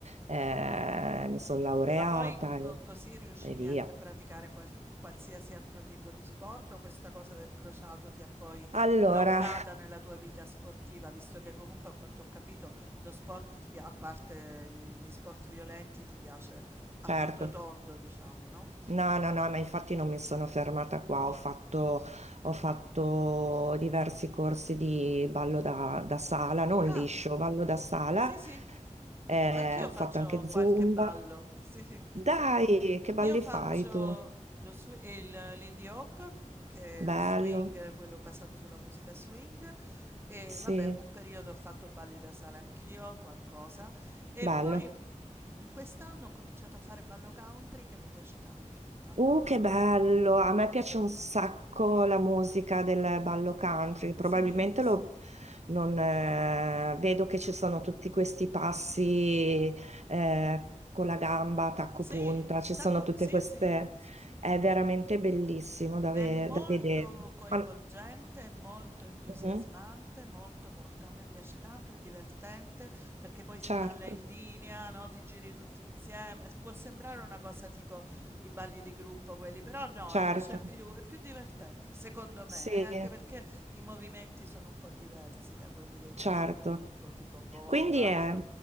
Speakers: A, on the right; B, on the right.
A: eh, mi sono laureata
B: Ma poi co-
A: e,
B: così riuscivi
A: e via.
B: anche a praticare qual- qualsiasi altro tipo di sport o questa cosa del crociato ti ha poi
A: Allora,
B: bloccata nella tua vita sportiva, visto che comunque a quanto ho capito lo sport, ti pia- a parte gli, gli sport violenti, ti piace a
A: certo.
B: tutto tondo, diciamo, no?
A: No, no, no, ma infatti non mi sono fermata qua,
B: Mm.
A: ho fatto, ho fatto diversi corsi di ballo da, da sala, non
B: Ah,
A: liscio, ballo da sala,
B: sì, sì.
A: eh,
B: Anch'io
A: ho
B: faccio
A: fatto anche
B: qualche
A: Zumba.
B: ballo, <laughs> sì.
A: Dai, che balli
B: Io faccio
A: fai tu?
B: lo swi- il- l'indie hop, che
A: Bello,
B: è lo swing, quello basato sulla musica swing, e
A: sì,
B: vabbè, un periodo ho fatto balli da sala anch'io, qualcosa, e
A: bello.
B: poi eh, in quest'anno ho cominciato a fare ballo country che mi piace tanto, tanto,
A: Uh,
B: tanto,
A: che bello!
B: tanto,
A: A
B: tanto,
A: me piace
B: tanto.
A: un sacco la musica del ballo country.
B: Sì,
A: Probabilmente
B: sì.
A: lo, non, eh, vedo che ci sono tutti questi passi eh, con la gamba, tacco
B: Sì,
A: punta, ci
B: tacco,
A: sono tutte
B: sì,
A: queste.
B: sì, sì, sì.
A: È veramente bellissimo da,
B: È
A: ve-
B: molto
A: da vedere.
B: coinvolgente,
A: Ma-
B: è molto entusiasmante,
A: Mhm.
B: molto molto. A me piace tanto, è divertente perché poi si
A: Certo,
B: balla in linea, no? Ti giri tutti insieme. S- Può sembrare una cosa tipo i balli di gruppo quelli, però no,
A: certo,
B: invece è più, è più divertente, secondo
A: sì,
B: me, eh, Anche perché i movimenti sono un po' diversi da quelli dei
A: certo.
B: balli di gruppo, tipo bomba.
A: Quindi è,
B: <laughs>